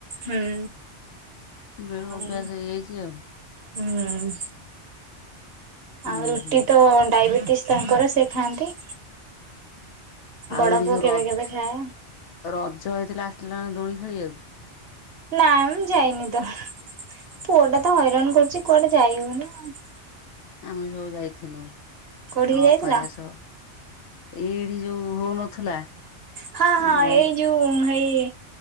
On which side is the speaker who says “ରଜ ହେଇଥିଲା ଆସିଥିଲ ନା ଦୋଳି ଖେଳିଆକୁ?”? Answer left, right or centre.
Left